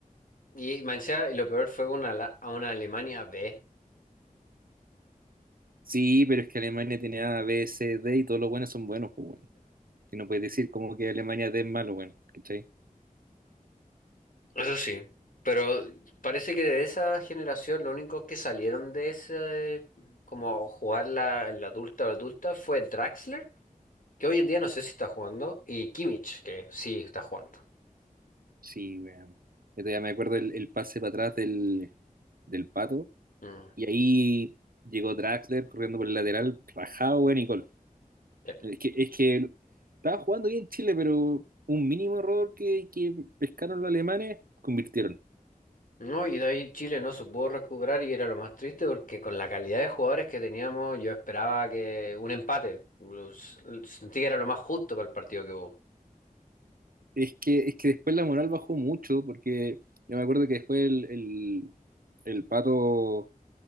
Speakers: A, on the left; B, on the right.
A: Y Mancha, y lo peor fue una, la- a una Alemania B.
B: Sí, pero es que Alemania tiene A, B, C, D y todos los buenos son buenos, pues bueno. Y no puedes decir como que Alemania D es malo, weón, ¿cachai?
A: Eso sí, pero parece que de esa generación lo único que salieron de ese, como jugar la, la adulta o adulta, fue Draxler, que hoy en día no sé si está jugando, y Kimmich, que sí está jugando.
B: Sí, weón. Yo todavía me acuerdo el, el pase para atrás del, del Pato
A: Mm,
B: y ahí llegó Draxler corriendo por el lateral, rajado, weón, y gol.
A: sí.
B: Es que, es que estaba jugando bien Chile, pero un mínimo error que, que pescaron los alemanes, convirtieron.
A: No, y de ahí Chile no se pudo recuperar y era lo más triste porque con la calidad de jugadores que teníamos yo esperaba que un empate, los- sentí que era lo más justo para el partido que hubo.
B: Es que, es que después la moral bajó mucho, porque yo me acuerdo que después el, el, el Pato